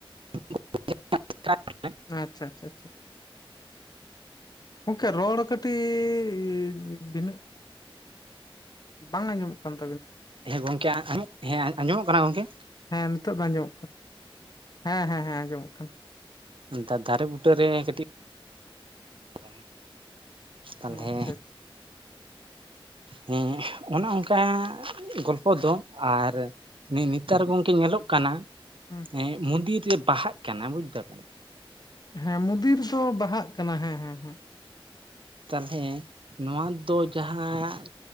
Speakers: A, on the right; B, on the left.
A: ᱴᱷᱟᱹᱣᱠᱟᱹ ᱵᱟᱝ ᱟᱸᱡᱚᱢᱚᱜ ᱠᱟᱱᱟ ᱾
B: ᱟᱪᱷᱟ-ᱪᱷᱟ ᱪᱟ ᱚᱱᱠᱟ ᱨᱚᱲ ᱠᱟᱹᱴᱤᱻᱡᱽ ᱵᱷᱤᱱᱟᱹᱜ ᱵᱟᱝ ᱟᱸᱡᱚᱢᱚᱜ ᱠᱟᱱᱟ᱾
A: ᱦᱮᱸ ᱜᱚᱝᱠᱮ ᱟ ᱟᱧᱚᱢ ᱦᱮᱸ ᱟᱸᱡᱚᱢᱚᱜ ᱠᱟᱱᱟ ᱜᱚᱝᱠᱮ
B: ᱦᱮᱸ ᱱᱤᱛᱚᱜ ᱫᱚ ᱟᱸᱡᱚᱢᱚᱜ ᱠᱟᱱᱟ ᱦᱮᱸ ᱦᱮᱸ ᱦᱮᱸ ᱟᱸᱡᱚᱢᱚᱜ ᱠᱟᱱᱟ᱾
A: ᱫᱟ ᱫᱟᱨᱮ ᱵᱩᱴᱟᱹ ᱨᱮ ᱠᱟᱹᱴᱤᱡ ᱵᱚ <unintelligible>
B: ᱟᱪᱪᱷᱟ
A: ᱛᱟᱞᱦᱮ
B: ᱟᱪᱪᱷᱟ
A: ᱦᱮᱸ ᱚᱱᱟ ᱚᱱᱠᱟ ᱟᱸᱻ ᱜᱚᱞᱯᱚ ᱫᱚ ᱟᱨ ᱱᱮ ᱱᱤᱛᱟᱨ ᱜᱚᱝᱠᱮ ᱧᱮᱞᱚᱜ ᱠᱟᱱᱟ
B: ᱦᱮᱸ
A: ᱮᱸᱜ ᱢᱩᱱᱫᱤᱨ ᱨᱮ ᱵᱟᱦᱟᱜ ᱠᱟᱱᱟ ᱵᱩᱡᱽ ᱫᱟᱵᱮᱱ
B: ᱦᱮᱸ ᱢᱩᱫᱤᱨ ᱥᱚ ᱵᱟᱦᱟᱜ ᱠᱟᱱᱟ ᱦᱮᱸ ᱦᱮᱸ ᱦᱮᱸ
A: ᱛᱟᱞᱦᱮ ᱱᱚᱣᱟ ᱫᱚ ᱡᱟᱦᱟᱸᱱ